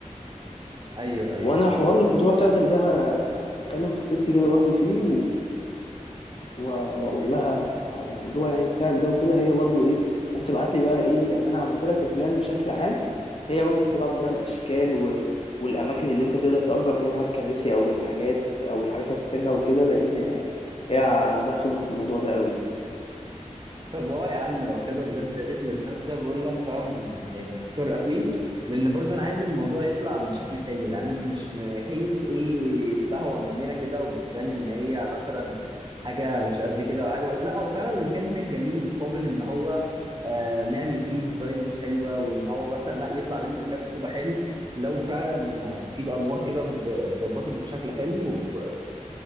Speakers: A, on the right; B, on the left.
A: ايوه ايوه
B: وانا حوار الخطوبة بتاعتك ده ه- هكلم خطيبتي كده برضو فيه و- واقول لها على الموضوع يعني بتاعك ده وكده هي برضو ايه ممكن تبعت لي بقى ايه يعني انا عملت لك البلان بشكل عام هي بقى ممكن تبعت بقى الاشكال و... والاماكن اللي انت تقدر تأجر منها الكراسي او الحاجات او الحاجات اللي هتحتاجها وكده لان هي عندها خبرة في الموضوع ده قوي يعني
A: طب اه يا عم لو كده بجد يا ريت لان انا زي ما بقول لك فاهم يعني محتار قوي لان برضه انا عايز الموضوع يطلع بشكل حلو يعني انا مش م- خايف ايه تبهوأ مننا كده وبتبان ان هي مثلا حاجه مش قد كده او حاجه بس لا هو فعلا المكان هناك جميل وقابل ان هو آه نعمل فيه ديزاينز حلوه وان هو مثلا لا يطلع منه مكان خطوبه حلو لو فعلا آه، في الانوار كده ب- اتظبطت بشكل حلو و-